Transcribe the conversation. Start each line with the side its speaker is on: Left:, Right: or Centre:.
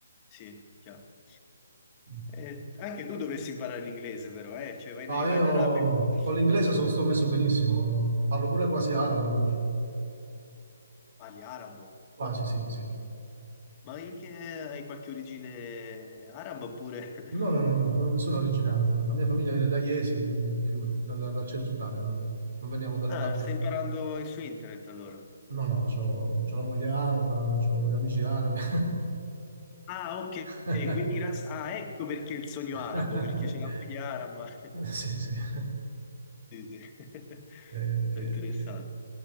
Left: sì, chiaro.
Right: Mm.
Left: Eh, anche tu dovresti imparare l'inglese, però, eh? Cioè, vai
Right: No,
Left: in,
Right: io
Left: vai in Arabia e
Right: con l'inglese so- sto messo benissimo, parlo pure quasi arabo, quindi
Left: <laughs> parli arabo.
Right: quasi, sì, sì.
Left: Ma in che hai qualche origine araba oppure...
Right: No,
Left: <laughs>
Right: no, no, no, non sono originale, ma la mia famiglia viene da Iesi, quindi figurati, dal, dal centro Italia, non, non veniamo dall'Arabia.
Left: Ah, stai imparando su internet allora?
Right: No, no, c'ho, c'ho la moglie araba, c'ho gli amici arabi.
Left: Ah, ok,
Right: <laughs>
Left: quindi grazie. Ah, ecco perché il sogno
Right: <laughs>
Left: arabo, perché c'è la moglie araba. <laughs>
Right: Sì, sì. <laughs>
Left: Sì, sì. <laughs>
Right: Ok, ok,
Left: È interessante.
Right: ok.